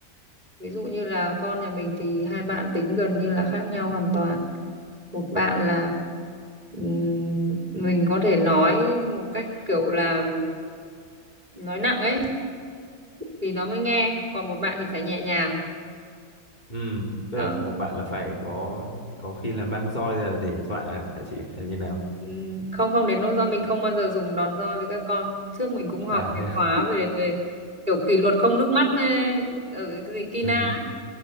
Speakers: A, on the right; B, on the left.
A: Ví dụ như là con nhà mình thì hai bạn tính gần như là khác nhau hoàn toàn. Một bạn là ừm, mình có thể nói một cách kiểu là nói nặng ấy thì nó mới nghe còn một bạn thì phải nhẹ nhàng
B: Ừ, tức
A: đó
B: là một bạn là phải có có khi là mang roi ra để dọa à, hả chị hay như nào?
A: Ừm, không không đến nỗi do mình không bao giờ dùng đòn roi với các con trước mình cũng
B: À
A: học
B: thế
A: cái
B: à.
A: khóa về về kiểu kỷ luật không nước mắt này, ở cái gì Kina
B: Ừ,